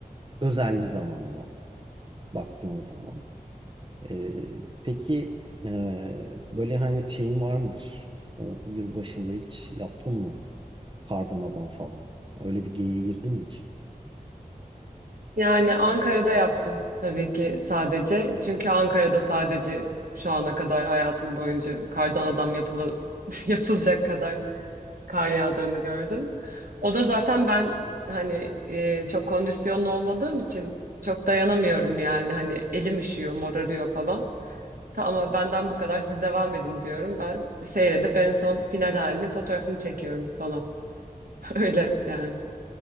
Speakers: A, on the right; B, on the right.
A: özel bir zamanla baktığın zaman. Ee, peki e, böyle hani şeyin var mıdır? O yıl başında hiç yaptın mı? Kardan falan. Öyle bir geyiğe girdin mi hiç?
B: Yani Ankara'da yaptım tabii ki sadece. Çünkü Ankara'da sadece şu ana kadar hayatım boyunca kardan adam yapıla, <laughs> yapılacak kadar kar yağdığını gördüm. O da zaten ben hani e, çok kondisyonlu olmadığım için çok dayanamıyorum yani. Hani elim üşüyor, morarıyor falan. Tamam benden bu kadar siz devam edin diyorum. Ben seyredip en son final halini fotoğrafını çekiyorum falan. <laughs> Öyle yani.